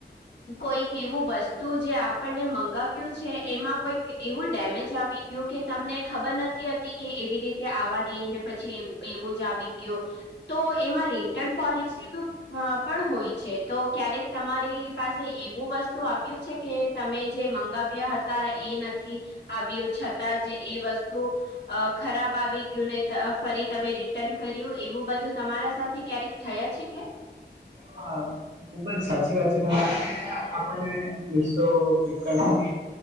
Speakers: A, on the left (about 75°); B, on the right (about 80°).
A: કોઈક એવું વસ્તુ જે આપણને મંગાવ્યું છે એમાં કોઈક એવું ડેમેજ આવી ગયું કે તમને ખબર નથી હતી કે એવી રીતે આવાની ને પછી એવું એવું જ આવી ગયું તો એમાં રિટર્ન પોલિસી અ પણ હોય છે તો ક્યારેક તમારી પાસે એવું વસ્તુ આવ્યું છે કે તમે જે મંગાવ્યા હતા એ નથી આવ્યું છતાં જે એ વસ્તુ અ ખરાબ આવી ગયું ને ફરી તમે રિટર્ન કર્યું એવું બધું તમારા સાથે ક્યારેક થયા છે કેમ
B: હા ખુબ જ સાચી વાત છે તમારે આપણને મીશો ફ્લિપકાર્ટ